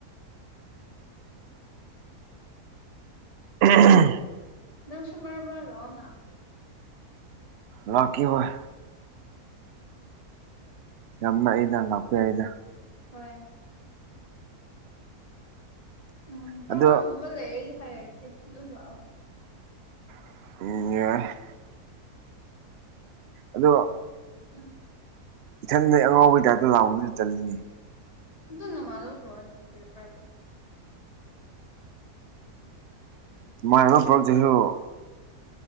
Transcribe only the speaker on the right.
<unintelligible>
ꯂꯥꯛꯀꯀꯤ ꯍꯣꯏ ꯌꯥꯝꯅ ꯑꯩꯗ ꯂꯥꯛꯄ ꯌꯥꯏꯗ
ꯑꯗꯣ
ꯏ ꯑꯗꯨꯗ
ꯏꯊꯟꯗ ꯑꯉꯥꯎꯕꯩ ꯇꯥꯏꯞꯇ ꯂꯥꯎꯕꯗꯨꯅ ꯆꯜꯂꯤꯅꯤ
ꯃꯌꯥꯝ ꯄꯕꯖꯦꯛꯁꯨ